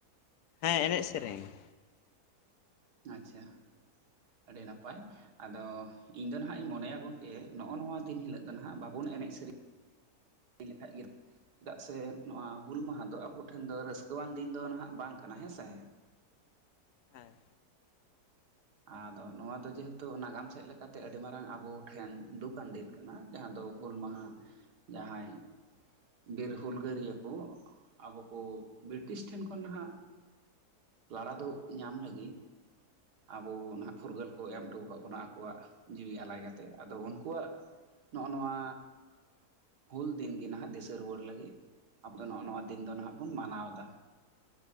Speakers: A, on the left; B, on the right.
A: ᱦᱮᱸ ᱮᱱᱮᱡ ᱥᱮᱨᱮᱧ ᱾
B: ᱟᱪᱪᱷᱟ ᱟᱹᱰᱤ ᱱᱟᱯᱟᱭ ᱾ ᱟᱫᱚ ᱤᱧ ᱫᱚ ᱱᱟᱦᱟᱸᱜ ᱤᱧ ᱢᱚᱱᱮᱭᱟ ᱜᱚᱝᱠᱮ ᱱᱚᱜᱼᱚ ᱱᱚᱣᱟ ᱫᱤᱱ ᱦᱤᱞᱳᱜ ᱫᱚ ᱱᱟᱦᱟᱸᱜ ᱵᱟᱵᱚᱱ ᱮᱱᱮᱡ ᱥᱮᱨᱮᱧ
A: <inaudible>
B: ᱞᱮᱠᱷᱟᱡ ᱜᱮ ᱪᱮᱫᱟᱜ ᱾ ᱥᱮ ᱱᱚᱣᱟ ᱦᱩᱞ ᱢᱟᱦᱟ ᱫᱚ ᱟᱵᱚ ᱴᱷᱮᱱ ᱫᱚ ᱨᱟᱹᱥᱠᱟᱹᱣᱟᱱ ᱫᱤᱱ ᱫᱚ ᱱᱟᱦᱟᱜ ᱵᱟᱝ ᱠᱟᱱᱟ ᱦᱮᱸᱥᱮ
A: ᱦᱮᱸ
B: ᱟᱫᱚ ᱱᱚᱣᱟ ᱫᱚ ᱡᱮᱦᱮᱛᱩ ᱱᱟᱜᱟᱢ ᱥᱮᱫ ᱞᱮᱠᱟᱛᱮ ᱟᱹᱰᱤ ᱢᱟᱨᱟᱝ ᱟᱵᱚ ᱴᱷᱮᱱ ᱫᱩᱠ ᱟᱱ ᱫᱤᱱ ᱠᱟᱱᱟ ᱡᱟᱦᱟᱸ ᱫᱚ ᱦᱩᱞ ᱢᱟᱦᱟ ᱡᱟᱦᱟᱸᱭ ᱵᱤᱨ ᱦᱩᱞᱜᱟᱹᱨᱤᱭᱟᱹ ᱠᱚ ᱟᱵᱚ ᱠᱚ ᱵᱨᱤᱴᱤᱥ ᱴᱷᱮᱱ ᱠᱷᱚᱱ ᱱᱟᱦᱟᱜ ᱞᱟᱲᱟ ᱫᱚ ᱧᱟᱢ ᱞᱟᱹᱜᱤᱫ ᱟᱵᱚ ᱱᱟᱦᱟᱜ ᱯᱷᱩᱨᱜᱟᱹᱞ ᱠᱚ ᱮᱢ ᱦᱚᱴᱚ ᱟᱠᱟᱫ ᱵᱚᱱᱟ ᱟᱠᱚᱣᱟᱜ ᱡᱤᱣᱤ ᱟᱞᱟᱭ ᱠᱟᱛᱮ ᱟᱫᱚ ᱩᱱᱠᱩᱣᱟᱜ ᱱᱚᱜᱼᱚ ᱱᱚᱣᱟ ᱦᱩᱞ ᱫᱤᱱ ᱜᱮ ᱱᱟᱦᱟᱜ ᱫᱤᱥᱟᱹ ᱨᱩᱣᱟᱹᱲ ᱞᱟᱹᱜᱤᱫ ᱟᱵᱚ ᱫᱚ ᱱᱚᱜ-ᱚ ᱱᱚᱣᱟ ᱫᱤᱱ ᱫᱚ ᱱᱟᱦᱟᱜ ᱵᱚᱱ ᱢᱟᱱᱟᱣ ᱫᱟ